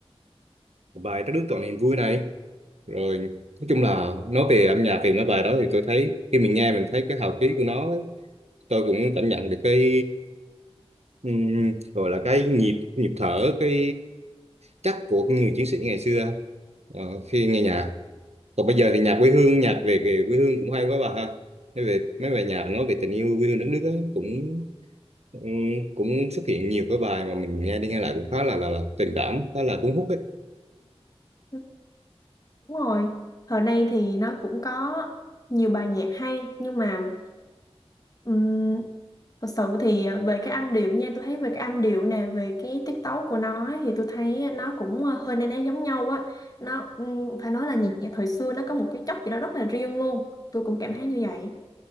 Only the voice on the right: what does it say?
ừm, bài Trái Đất Trọn Niềm Vui này rồi nói chung là nói về âm nhạc thì mấy bài đó thì tôi thấy khi mình nghe mình thấy cái hào khí của nó ấy, tôi cũng cảm nhận được cái Ừ, gọi là cái nhịp nhịp thở cái chắc của người chiến sĩ ngày xưa ờ, khi nghe nhạc còn bây giờ thì nhạc quê hương nhạc về về quê hương cũng hay quá bà ha Nói về mấy bài nhạc nói về tình yêu quê hương đất nước ấy, cũng ừ, cũng xuất hiện nhiều cái bài mà mình nghe đi nghe lại cũng khá là là, là tình cảm khá là cuốn hút ấy.